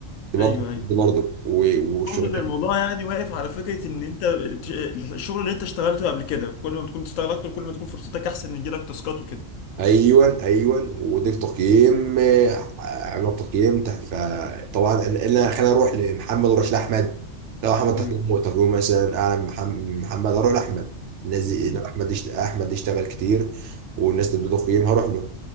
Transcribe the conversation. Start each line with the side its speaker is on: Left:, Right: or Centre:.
Right: دي برضه
Left: ايوه ايوه
Right: دي برضه و- وشغلانه
Left: اقصد إن الموضوع يعني واقف على فكره ان انت ت- الشغل اللي انت اشتغلته قبل كده كل ما تكون تشتغل اكتر كل ما تكون فرصتك احسن ان يجيلك تاسكات وكده
Right: ايوان ايوان وديك تقييم آه، عملوا تقييم ت- فطبعا انا انا خلينا اروح لمحمد واروح لاحمد لو احمد تقييمه
Left: ايوه
Right: تقييمه مثلا اعلى من محم- من محمد اروح لاحمد الناس دي
Left: مم.
Right: إن احمد يشت... احمد يشتغل كتير والناس تدي تقييم هروح له